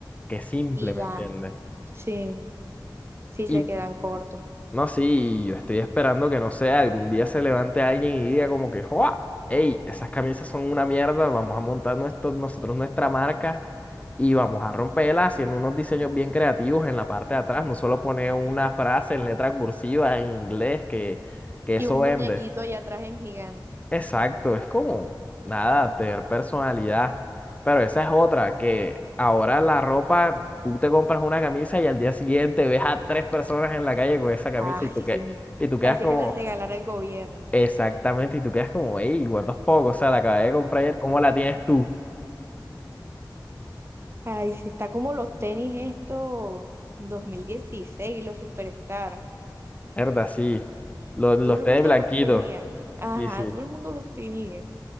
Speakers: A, on the left (about 20°); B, on the right (about 35°).
A: que simple,
B: Y
A: ¿me
B: ya,
A: entiendes?
B: sí, sí
A: Y
B: se quedan cortos.
A: no, sí, yo estoy esperando que no sé, algún día se levante alguien y diga como que, ¡Joa! ¡Ey! Esas camisas son una mierda, vamos a montar nuestro- nosotros nuestra marca y vamos a romperla haciendo unos diseños bien creativos en la parte de atrás, no solo poner una frase en letra cursiva en inglés que, que
B: Y
A: eso
B: un
A: vende.
B: muñequito allá atrás en gigante.
A: Exacto, es como nada, tener personalidad. Pero esa es otra, que ahora la ropa, tú te compras una camisa y al día siguiente ves a tres personas en la calle con esa camisa
B: Ay,
A: y tú,
B: sí.
A: que, y tú quedas
B: Parece
A: como,
B: que le regalara el gobierno.
A: exactamente, y tú quedas como, ey, what the fuck, o sea, la acabé de comprar ayer, ¿cómo la tienes tú?
B: Ay, sí, está como los tenis estos 2016 los Superstar.
A: Verdad, sí, los, los
B: Todo el
A: tenis
B: mundo
A: blanquitos,
B: los tenía. Ajá,
A: sí, sí.
B: todo el mundo los tenía.